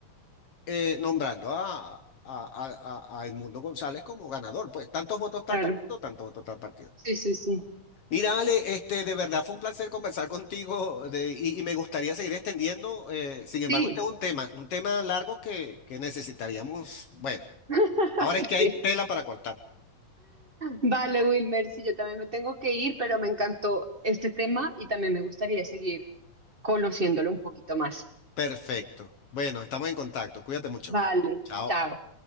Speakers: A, on the left; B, on the right.
A: eh, nombrando a, a, a, a- Edmundo González como ganador. Pues tantos votos tal
B: claro.
A: partido, tantos votos tal partido.
B: Sí, sí, sí.
A: Mira, Ale, este, de verdad fue un placer conversar contigo de- y, y me gustaría seguir extendiendo. eh, sin embargo,
B: Sí.
A: este es un tema, un tema largo que, que necesitaríamos. Bueno,
B: <laughs>
A: ahora es que
B: Sí.
A: hay tela para cortar.
B: Vale, Wilmer, sí, yo también me tengo que ir, pero me encantó este tema y también me gustaría seguir conociéndolo un poquito más.
A: Perfecto. Bueno, estamos en contacto. Cuídate mucho.
B: Vale,
A: Chao.
B: chao.